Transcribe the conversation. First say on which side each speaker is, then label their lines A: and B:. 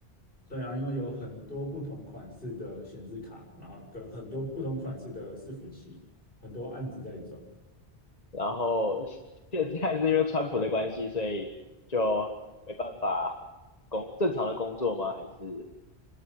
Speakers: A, on the left; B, on the left.
A: 对啊，因为有很多不同款式的显示卡，然后跟很多不同款式的伺服器，很多案子在走。
B: 然后现在是因为川普的关系，所以就没办法工正常的工作吗？还是